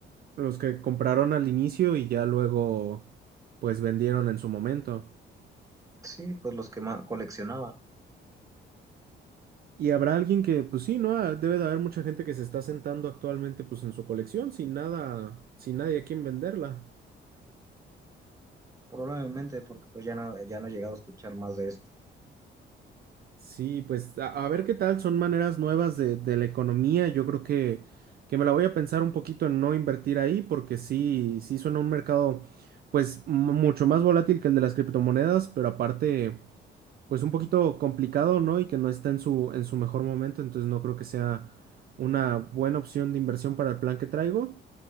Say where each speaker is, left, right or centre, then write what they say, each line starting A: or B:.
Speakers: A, on the right; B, on the right.
A: Los que compraron al inicio y ya luego, pues vendieron en su momento.
B: Sí, pues los que más coleccionaban,
A: Y habrá alguien que, pues sí, ¿no? Ah, Debe de haber mucha gente que se está sentando actualmente, pues en su colección, sin nada, sin nadie a quien venderla.
B: probablemente, porque pues ya no, ya no he llegado a escuchar más de esto.
A: Sí, pues a, a ver qué tal, son maneras nuevas de, de la economía. Yo creo que, que me la voy a pensar un poquito en no invertir ahí, porque sí, sí suena un mercado, pues mu- mucho más volátil que el de las criptomonedas, pero aparte, pues un poquito complicado, ¿no? Y que no está en su, en su mejor momento, entonces no creo que sea una buena opción de inversión para el plan que traigo.